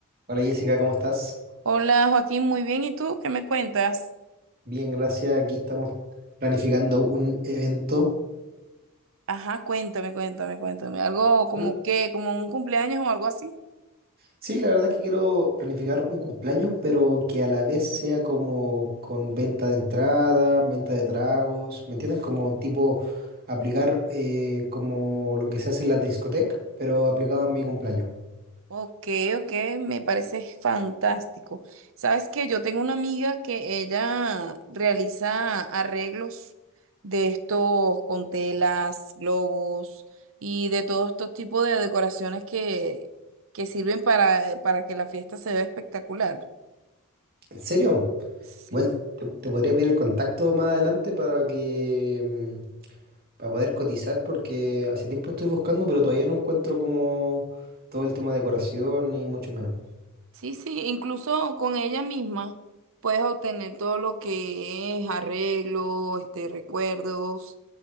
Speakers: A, on the right (about 45°); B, on the right (about 65°).
A: Hola Jessica, ¿cómo estás?
B: Hola Joaquín, muy bien. ¿Y tú qué me cuentas?
A: Bien, gracias. Aquí estamos planificando un evento.
B: Ajá, cuéntame, cuéntame, cuéntame. ¿Algo como
A: Hola.
B: qué, como un cumpleaños o algo así?
A: Sí, la verdad es que quiero planificar un cumpleaños, pero que a la vez sea como con venta de entrada, venta de tragos, ¿me entiendes? Como tipo aplicar eh, como lo que se hace en la discoteca, pero aplicado a mi cumpleaños.
B: Ok, ok, me parece fantástico. Sabes que yo tengo una amiga que ella realiza arreglos de estos con telas, globos y de todos estos tipos de decoraciones que, que sirven para, para que la fiesta se vea espectacular.
A: ¿En serio?
B: Sí.
A: Igual te, te podría pedir el contacto más adelante para que mm, para poder cotizar porque hace tiempo estoy buscando, pero todavía no encuentro como todo el tema de decoración y mucho menos.
B: Sí, sí, incluso con ella misma puedes obtener todo lo que es arreglo, este, recuerdos,